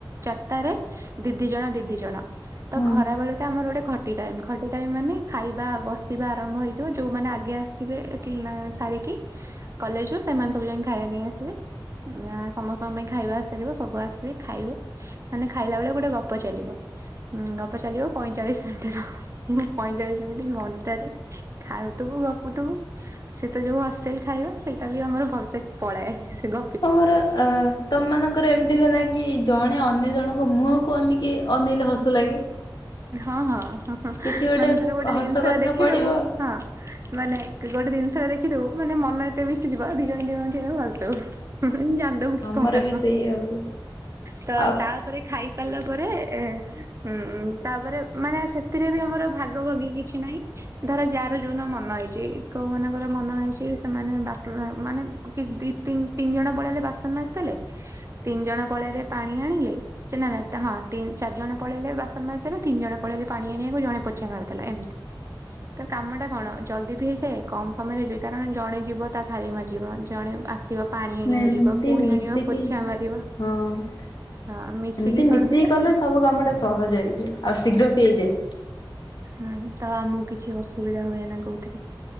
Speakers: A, on the right; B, on the left.
A: ଚାରିଟାରେ ଦିଦି ଜଣ ଦିଦି ଜଣ ତ
B: ହଁ।
A: ଖରା ବେଳ ଟା ଆମର ଗୋଟେ ଖଟି ଟାଇ ଖଟି ଟାଇ ମାନେ ଖାଇବା ବସିବା ଆରମ୍ଭ ହେଇଥିବ ଯୋଉମାନେ ଆଗେ ଆସିବେ ସାରିକି କଲେଜ ରୁ ସେମାନେ ସବୁ ଯାଇ ଖାଇବା ନେଇ ଆସିବେ। ସମସ୍ତଙ୍କ ପାଇଁ ଖାଇବା ସାରିବ ସବୁ ଆସିବେ ଖାଇବେ ମାନେ ଖାଇଲା ବେଳେ ଗୋଟେ ଗପ ଚାଲିବ ଗପ ଚାଲିବ ପଇଁଚାଳିଶ ମିନିଟ ର ପଇଁଚାଳିଶ ମିନିଟ ଘଣ୍ଟାରେ ଖାଉଥିବୁ ଗପୁଥିବୁ ସେ ତ ଯୋଉ ହଷ୍ଟେଲ ଖାଇବା ସେଇଟା ବି ଆମର ଭଲସେ ପଳାଏ ସେ ଗ
B: ତମର ଅ ତମମାନାନଙ୍କର ଏମିତି ହୁଏନା କି ଜଣେ ଅନ୍ୟ ଜଣଙ୍କ ମୁହଁକୁ ଅନକି ଅନେଇଲେ ହସ ଲାଗେ।
A: ହଁ ହଁ। ହ ହଁ
B: କିଛି
A: ମାନେ ତର ଗୋଟେ
B: ହସ
A: ଜିନିଷ
B: କଥା
A: ଟା ଦେଖିଦବୁ
B: ପଡିବ
A: ହଁ ମାନେ ଗୋଟେ ଜିନିଷ ଟା ଦେଖିଦବୁ। ମାନେ ମନ ଏତେ ମିଶିଯିବ ଦି ଜଣ ଦିଇ ଜଣ ମିଶିକି ହସି ଦବୁ। ଜାନ୍ଦବ କି
B: ଆମର
A: କଣ
B: ବି ସେଇଆ ହୁଏ।
A: ତ
B: ଆଉ
A: ତାପରେ ଖାଇସାରିଲା ପରେ ଏ ହୁଁ। ମାନେ ସେଥିରେ ବି ଆମର ଭାଗ ଭଗି କିଛି ନାହିଁ ଧର ଯାହାର ଯୋଉ ମନ ହେଇଛି କୋଉ ମାନଙ୍କର ମନ ହେଇଛି ସେମାନେ ବାସନ ମାନେ କି ଦି ତିନି ଜଣ ପଳେଇଲେ ବାସନ ମାସି ଦେଲେ ତିନି ଜଣ ପଳେଇଲେ ପାଣି ଆଣିଲେ ସେ ନା ନା ହଁ ଚାରି ଜଣ ପଳେଇଲେ ବାସନ ମାସି ଦେଲେ। ତିନି ଜଣ ପଳେଇଲେ ପାଣି ଆଣିବାକୁ ଜଣେ ପୋଛା ବାହାରିଥିଲା ଏମିତି ତ କାମ ଟା କଣ ଜଲ୍ଦି ବି ହେଇଯାଏ କମ ସମୟରେ ହେଇଯିବ କାରଣ ଜଣେ ଯିବ ତା ଥାଳି ମାରଯିବ ଜଣେ ଆସିବ। ପାଣି ଆଣିବାକୁ
B: ଏମତି
A: ଯିବ ପୁଣି
B: ମିଶିକି
A: ଆଣିବ ପୋଛା ମାରିବ
B: ହଁ ଏମତି
A: ହଁ କରିଦେଲେ
B: ମିଶିକି କଲେ ସବୁ କାମ ଟା ସହଜ ହେଇଯାଏ ଆଉ ଶୀଘ୍ର
A: ହୁଁ।
B: ପିଆଇଯାଏ।
A: ହୁଁ ତ ଆମକୁ କିଛି ଅସୁବିଧା ହୁଏନା କଉଥିରେ